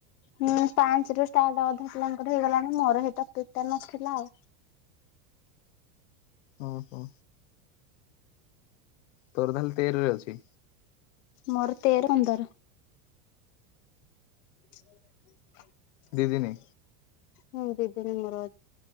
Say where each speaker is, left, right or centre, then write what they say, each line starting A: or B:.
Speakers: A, on the left; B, on the left.
A: ହୁଁ ପାଞ୍ଚ ରୁ ଷ୍ଟାର୍ଟ ଅଧା ପିଲାଙ୍କର ହେଇଗଲାଣି ମୋର ହେଇ ଟପିକ ଟା ନଥିଲା ଆଉ।
B: ଓଁ ହୋ। ତୋର ତାହେଲେ ତେରରେ ଅଛି।
A: ମୋର ତେର ପନ୍ଦର। <inaudible>
B: ଦିଦିିନି।
A: ହୁଁ ଦି ଦନି ମୋର